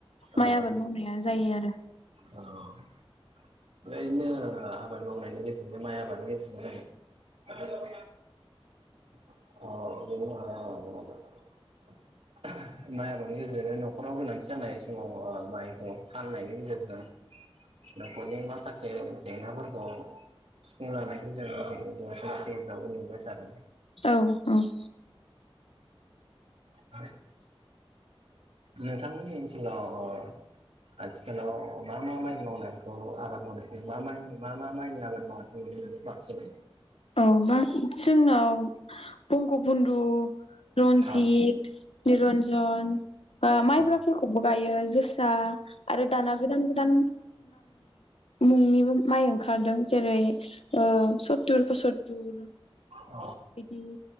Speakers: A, on the right; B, on the left.
A: औ
B: माइ आबाद मावनाय जायो आरो।
A: औ। ओरैनो ओ आबाद मावनायनि गेजेरजों माइ आबादनि गेजेरजों अ'। माइ आबादनि गेजेरजों न'खराव गोनांथि जानाय समाव माइखौ फाननायनि गेजेरजों न'खरनि माखासे जेंनाफोरखौ सुफुंलानायखौ सुफुंजानायखौ जों जोंनि बर' समाजनि गेजेराव नुबोबाय थादों।
B: औ- औ-।
A: <inaudible> नोंथांनि ओनसोलाव ओ आथिखालाव मा मा माइ मावनायखौ आबाद मावनायखौ मा मा मा माइनि आबाद मावनायखौ नुनो मोनो बांसिनै।
B: औ बा जोंनाव बंग बन्दु, रन्जित,
A: औ
B: निरन्जन बा माइब्राफोरखौबो
A: औ
B: गायो जोसा आरो दाना गोदान गोदान मुंनि माइ ओंखारदों जेरै ओ सतुर पसुतरूर
A: औ
B: बिदि